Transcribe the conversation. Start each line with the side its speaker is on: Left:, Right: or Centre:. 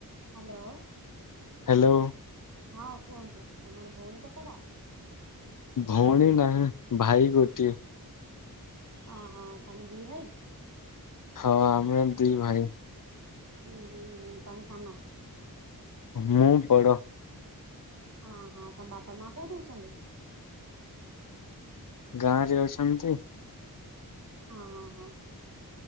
Right: ହାଲୋ
Left: ହେଲୋ
Right: ହଁ କୁହନ୍ତୁ। ତମର ଭଉଣୀ କେତେଟା?
Left: ଭଉଣୀ ନାହିଁ ଭାଇ ଗୋଟିଏ।
Right: ଅହ। ତମେ ଦି ଭାଇ?
Left: ହଁ ଆମେ ଦି ଭାଇ।
Right: ହୁଁ ହୁଁ ହୁଁ ତମେ ସାନ?
Left: ମୁଁ ବଡ଼।
Right: ଅହ। ତମ ବାପା ମା କୋଉଠୁ ଅଛନ୍ତି?
Left: ଗାଁରେ ଅଛନ୍ତି।
Right: ଅହଁ ହଁ ହଁ